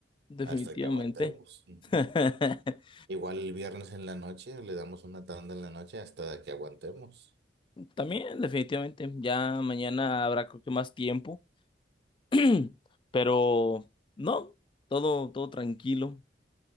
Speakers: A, on the left (about 30°); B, on the right (about 60°).
A: definitivamente.
B: hasta que aguantemos. Ujú.
A: <laughs>
B: Igual el viernes en la noche, le damos una tanda en la noche hasta que aguantemos.
A: También, definitivamente. Ya mañana habrá creo que más tiempo. <clears throat> Pero no, todo, todo tranquilo.